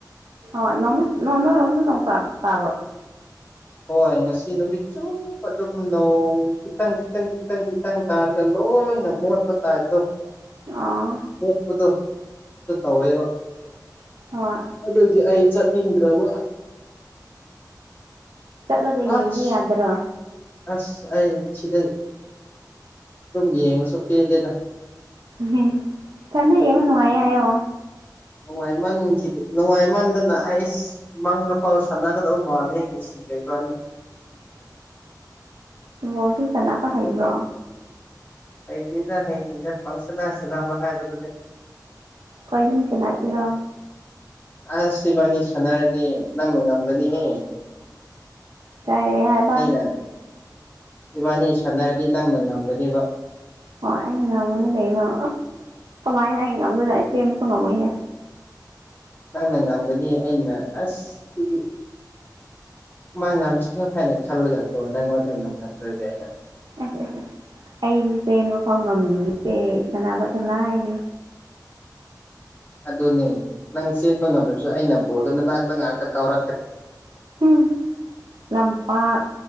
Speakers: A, on the right; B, on the left.
A: ꯍꯣꯏ ꯅꯣꯡ ꯅꯣꯏꯔꯣꯝꯁꯨ ꯅꯣꯡ ꯇꯥ ꯇꯥꯕ꯭ꯔꯣ
B: ꯍꯣꯏ ꯉꯁꯤ ꯅꯨꯃꯤꯠ ꯆꯨꯞꯄ ꯑꯗꯨꯝ ꯅꯣꯡ ꯈꯤꯇꯪ ꯈꯤꯇꯪ ꯈꯤꯇꯪ ꯈꯤꯇꯪ ꯇꯥꯔꯒ ꯂꯣꯏ ꯑꯣꯏꯅ ꯃꯣꯠꯄ ꯇꯥꯏꯞꯇꯣ
A: ꯑꯥ
B: <unintelligible> ꯗꯨ ꯇꯧꯋꯦꯕ
A: ꯍꯣꯏ
B: ꯑꯗꯨꯒꯤ ꯑꯩ ꯆꯠꯅꯤꯡꯗ꯭ꯔꯕ
A: ꯆꯠꯂꯒ ꯌꯦꯡꯕ
B: ꯑꯁ
A: ꯌꯥꯗ꯭ꯔꯣ
B: ꯑꯁ ꯑꯩ ꯁꯤꯗ ꯗꯨꯝ ꯌꯦꯡꯂꯁꯨ ꯄꯦꯜꯂꯦꯗ
A: ꯎꯝꯍꯝ ꯀꯥꯟꯅꯩ ꯌꯦꯕ ꯅꯨꯡꯉꯥꯏ ꯍꯥꯏꯌꯣ
B: ꯅꯨꯡꯉꯥꯏꯃꯟꯈꯤꯗ ꯅꯨꯡꯉꯥꯏꯃꯟꯗꯅ ꯑꯩꯁ ꯃꯪꯗ ꯐꯥꯎ ꯁꯥꯟꯅꯒꯗꯧ ꯃꯥꯜꯂꯦ ꯃꯦꯁꯤꯒ ꯏꯕꯥꯅꯤ
A: ꯕꯣꯜꯗꯤ ꯁꯥꯟꯅꯕ ꯍꯩꯕ꯭ꯔꯣ
B: ꯍꯩꯇꯦꯗ ꯍꯩꯇꯦꯗ ꯄꯪꯁꯟꯗ ꯁꯥꯟꯅꯕ ꯍꯥꯏꯕꯗꯨꯅꯤ
A: ꯈꯣꯏꯅꯤ ꯁꯥꯟꯅꯁꯤꯔꯣ
B: ꯑꯁ ꯏꯕꯥꯅꯤ ꯁꯥꯟꯅꯔꯗꯤ ꯅꯪꯅ ꯉꯝꯒꯅꯤꯍꯦ
A: ꯀꯥꯏꯔꯤ ꯍꯥꯏꯕ
B: ꯑꯩꯅ ꯏꯕꯥꯅꯤ ꯁꯥꯟꯅꯔꯗꯤ ꯅꯪꯅ ꯉꯝꯒꯅꯤꯕ
A: ꯍꯣꯏ ꯑꯩꯅ ꯉꯝꯒꯅꯤ ꯀꯩꯅꯣ ꯀꯃꯥꯏꯅ ꯑꯩ ꯉꯝꯗꯣꯏꯅꯣ ꯑꯩ ꯆꯦꯟꯕꯁꯨ ꯉꯝꯃꯣꯏꯍꯦ
B: ꯅꯪꯅ ꯉꯝꯒꯅꯤ ꯑꯩꯅ ꯑꯁ ꯁꯤꯗꯤ ꯃꯥ ꯉꯝꯁꯅꯨ ꯍꯥꯏꯅ ꯈꯜꯂꯒꯀꯣ ꯅꯪꯉꯣꯟꯗ ꯉꯝꯍꯟꯗꯣꯏꯅꯦ ꯑꯩꯅ
A: <unintelligible> ꯑꯩꯗꯤ ꯆꯦꯟꯕ ꯐꯥꯎ ꯉꯝꯗꯤꯌꯦ ꯁꯅꯕꯒ ꯂꯥꯏꯔꯤ
B: ꯑꯗꯨꯅꯦ ꯅꯪ ꯆꯦꯟꯕ ꯉꯝꯗ꯭ꯔꯁꯨ ꯑꯩꯅ ꯕꯣꯜꯗꯨ ꯅꯅꯥꯛꯇ ꯉꯥꯛꯇ ꯀꯥꯎꯔꯛꯀꯅꯤ
A: ꯎꯝ ꯂꯝꯄꯥꯛ